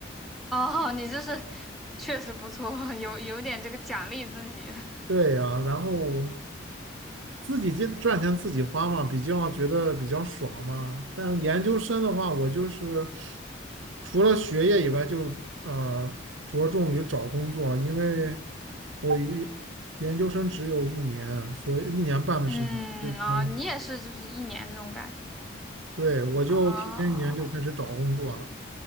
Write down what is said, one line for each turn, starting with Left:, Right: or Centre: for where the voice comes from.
Centre: <laughs> 哦，你这是确实不错，<laughs> 有有点这个奖励自己，
Right: 对呀、然后自己进赚钱自己花嘛，比较觉得比较爽嘛。但研究生的话，我就是除了学业以外就，呃着重于找工作了，因为我于研究生只有一年，所以一年半的时间，
Centre: 嗯啊，
Right: 所以说，
Centre: 你也是就是一年这种感觉
Right: 对，我就提前一年就开始找工作了，
Centre: 啊，哦